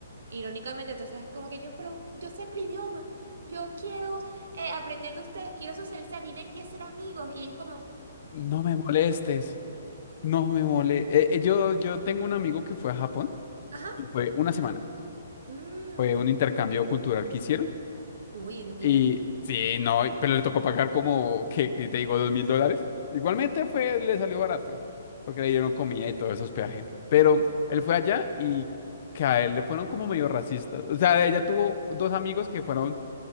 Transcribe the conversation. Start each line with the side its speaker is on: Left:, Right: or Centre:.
Right: irónicamente, entonces es como que yo, pero yo sé el idioma, yo quiero eh, aprender de ustedes, quiero socializar, vine aquí a ser amigos y es como...
Left: No me molestes, no me molestes. yo, yo tengo un amigo que fue a Japón
Right: Ajá.
Left: y fue una semana.
Right: Mm.
Left: Fue un intercambio cultural que hicieron.
Right: Uy, de pinga.
Left: Y sí, no, pero le tocó pagar como, ¿qué, qué te digo? Dos mil dólares. Igualmente fue, le salió barato, porque le dieron comida y todo eso, hospedaje. Pero él fue allá y que a él le fueron como medio racistas. O sea, ella tuvo dos amigos que fueron,